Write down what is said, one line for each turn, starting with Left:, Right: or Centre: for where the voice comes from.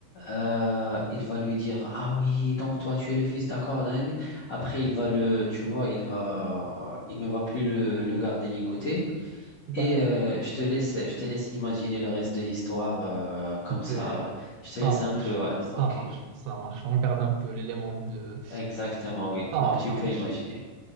Left: Euh, il va lui dire, ah oui, donc toi tu es le fils, d'accord. nan, nan, nan. Après, il va le, tu vois, il va, il ne va plus le, le garder ligoté.
Right: d'accord.
Left: Et euh, je te laisse, je te laisse imaginer le reste de l'histoire euh, comme ça.
Right: Euh,
Left: Je
Right: ça
Left: te laisse
Right: marche,
Left: un peu, ouais,
Right: ça
Left: ok.
Right: marche, ça marche. On garde un peu l'élément de...
Left: Exactement, oui. Donc
Right: Ça marche,
Left: tu
Right: ça
Left: peux
Right: marche.
Left: imaginer.